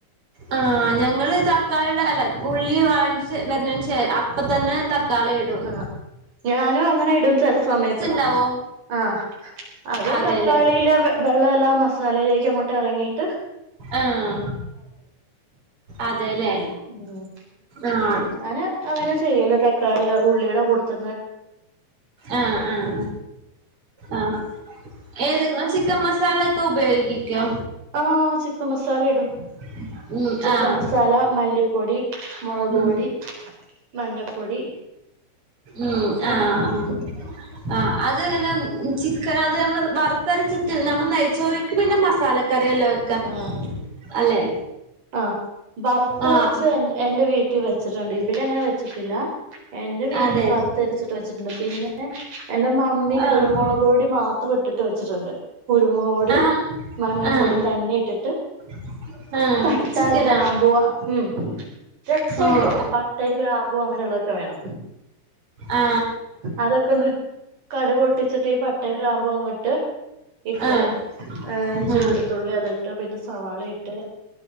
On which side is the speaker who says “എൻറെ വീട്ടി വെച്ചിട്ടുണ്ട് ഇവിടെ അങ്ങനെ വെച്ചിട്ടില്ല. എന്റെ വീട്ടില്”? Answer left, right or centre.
Right